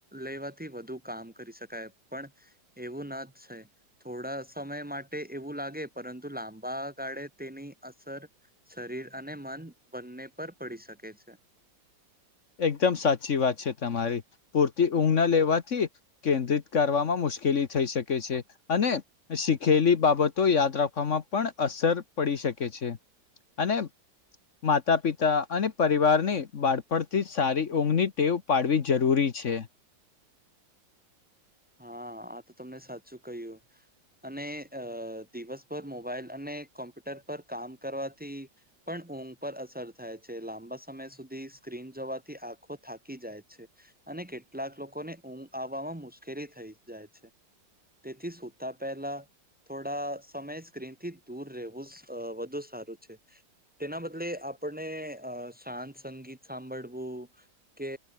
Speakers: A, in the centre; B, on the left.
A: લેવાથી વધુ કામ કરી શકાય પણ. એવું ન થાય થોડા સમય માટે એવું લાગે પરંતુ લાંબા ગાળે તેની. અસર શરીર અને મન બન્ને પર પળી શકે છે.
B: એકધમ સાચી વાત છે તમારી પૂરતી ઊંધ ના લેવાથી. કેન્દ્રીત કરવામાં મુશ્કેલી થઈ શકે છે અને. શીખેલી બાબતો યાદ રાખવામાં પણ અસર પળી શકે છે. અને માતા પિતા અને પરિવારની બાળ. પળથી સારી ઊંઘની ટેવ પાળવી જરૂરી છે.
A: હાં આ તો તમને સાચું કયુ. અને અ દિવસભર મોબાઈલ અને કોમ્પ્યુટર પર કામ કરવાથી. પણ ઊંઘ પર અસર થાય છે લાંબા સમય સુધી સ્ક્રીન જોવાથી આંખો થાકી જાય છે. અને કેટલાક લોકોને ઊંઘ આવવામાં મુશ્કેલી થઈ જા છે. તેથી સુતા પેલા. થોળા સમય સ્ક્રીન થી દૂર રહેવું સઅ વધુ સારું છે. તેના બદલે આપને અ શાંત સંગીત સાંબળવું. કે